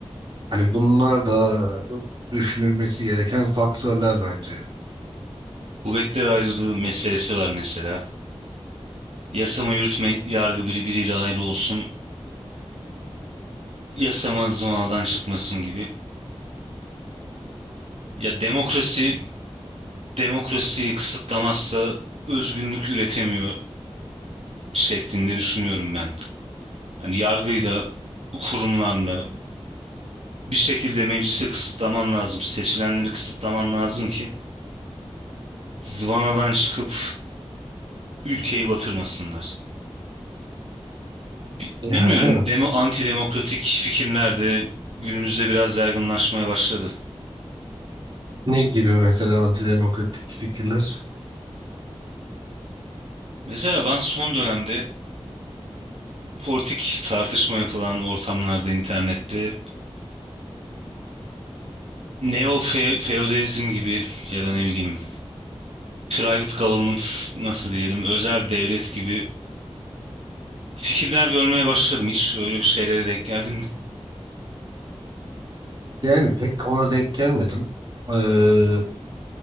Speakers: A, on the right; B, on the right.
A: Hani bunlar da düşünülmesi gereken faktörler bence.
B: Kuvvetler ayrılığı meselesi var mesela. Yasama yürütme yargı biri biriyle ayrı olsun. Yasama zımaldan çıkmasın gibi. Ya demokrasi demokrasiyi kısıtlamazsa özgünlük üretemiyor şeklinde düşünüyorum ben. Hani yargıyla kurumlarla bir şekilde meclisi kısıtlaman lazım. Seçilenleri kısıtlaman lazım ki zıvanadan çıkıp ülkeyi batırmasınlar. Bi-
A: Ya
B: Bilmiyorum
A: evet.
B: demo anti demokratik fikirler de günümüzde biraz yaygınlaşmaya başladı.
A: Ne gibi mesela antidemokratik fikirler?
B: Mesela ben son dönemde politik tartışma yapılan ortamlarda internette neo fe- feodalizm gibi ya da ne bileyim private government nasıl diyelim özel devlet gibi fikirler görmeye başladım. Hiç öyle bir şeylere denk geldin mi?
A: Yani pek ona denk gelmedim. Ee,